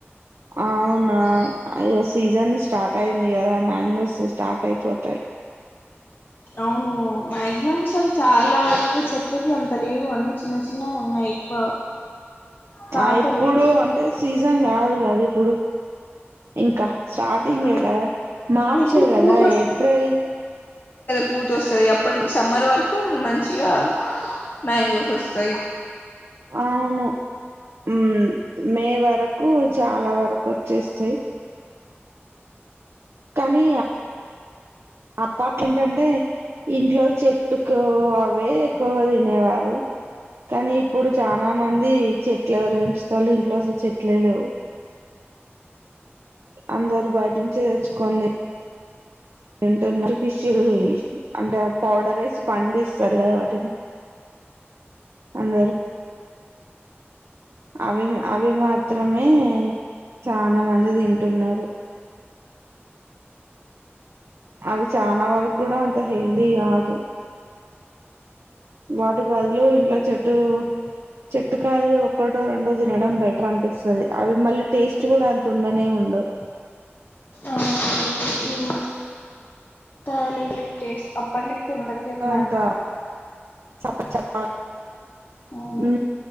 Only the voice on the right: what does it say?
అవునా అ అధే సీజన్ స్టార్ట్ అయింది కదా మ్యాంగోస్ స్టార్ట్ అయిపోతాయి
ఆ ఇప్పుడు
అంటే సీజ జన్ కాదు కదు ఇప్పుడు ఇంకా స్టార్టింగ్
కదా మార్చ్
కదా
ఏప్రిల్
అవును ఉమ్ మే వరకు చాలా వరకు వచ్చేస్తాయి కానీ అప్పట్లు ఏంటంటే ఇంట్లో చెట్టుకు అవే ఎక్కువ తినేవారు కానీ ఇప్పుడు చాలా మంది చెట్లు ఎవలు పెంచుతారు ఇంట్లో అసలు చెట్లే లేవు అందరు బయటినుంచి తెచ్చుకోండి తింటున్నారు ఫిష్యుమి అంటే పౌడర్ నేసి పండు ఇస్తారు కదా వాటిని అందరు అవి అవి మాత్రమే చాలా మంది తింటున్నారు అవి చాన వరకు కూడా అంత హెల్తీ కాదు వాటి బదులు ఇంట్లో చెట్టు చెట్టుకాయలు ఒకటో రెండో తినడం బెటర్ అనిపిస్తుంది అవి మళ్ళీ టేస్ట్ కూడా అంత ఉండనే ఉండవు
అంత
చప్ప చప్ప
ఉ